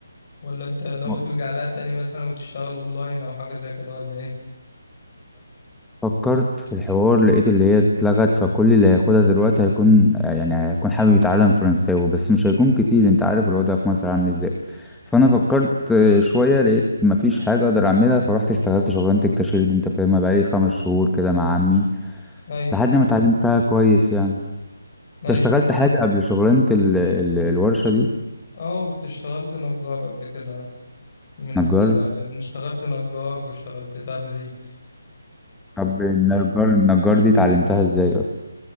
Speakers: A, on the left; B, in the centre.
A: ولا انت ناوي
B: و-
A: ترجع لها تاني مثلا وتشتغل اونلاين او حاجة زي كده ولا ايه
B: فكرت في الحوار لقيت اللي هي اتلغت فكل اللي هياخدها دلوقتي هيكون يعني هيكون حابب يتعلم فرنساوي بس مش هيكون كتير انت عارف الوضع في مصر عامل ازاي فانا فكرت آه، شوية لقيت مفيش حاجة اقدر اعملها فروحت اشتغلت شغلانة الكاشير دي انت فاهمها بقالي خمس شهور كده مع عمي
A: ايوه
B: لحد ما اتعلمتها كويس يعني انت
A: ايوه
B: اشتغلت حاجة قبل شغلانة ال... ال... الورشة دي
A: اه كنت اشتغلت نجار قبل كده من
B: نجار
A: ال... اشتغلت نجار واشتغلت تابزي
B: طب النجار النجار دي اتعلمتها ازاي اصلا